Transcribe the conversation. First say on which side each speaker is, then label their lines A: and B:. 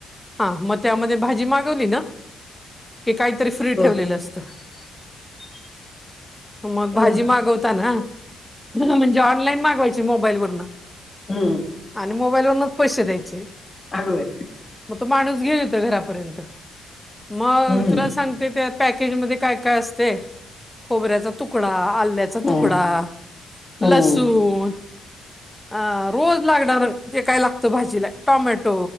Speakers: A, in the centre; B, on the left.
A: हा मग त्यामध्ये भाजी मागवली ना की काहीतरी फ्री
B: हो
A: ठेवलेलं असतं
B: <unintelligible>
A: मग
B: हं,
A: भाजी मागवताना म्हणजे ऑनलाईन माग वायची मोबाईलवर
B: हम्म
A: आणि मोबाईल वूनच पैसे द्यायचे
B: हलवेय
A: मग तो माणूस घेऊ येत घरापर्यंत मग
B: हम्म
A: तुला सांगते त्या पॅकेजमध्येध्ये काय काय असते खोबऱ्याचा तुकडा आल्याचा
B: हम्म
A: तुकडा लसूण
B: हम्म
A: अ रोज लागणार जे काय लागतं भाजीला टोमॅटो